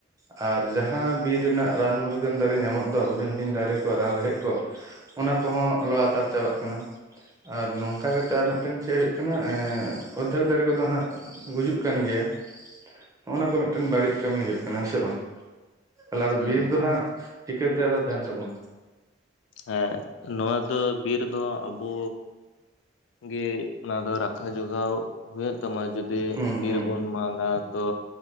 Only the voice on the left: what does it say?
ᱦᱩᱸ
ᱦᱮᱸ ᱱᱚᱣᱟ ᱫᱚ ᱵᱤᱨ ᱫᱚ ᱟᱵᱚ ᱜᱮ ᱚᱱᱟ ᱫᱚ ᱨᱟᱠᱷᱟ ᱡᱚᱜᱟᱣ ᱦᱩᱭᱩᱜ ᱛᱟᱢᱟ ᱡᱩᱫᱤ
ᱵᱤᱨ
ᱵᱚᱱ ᱢᱟᱜᱟ ᱛᱚ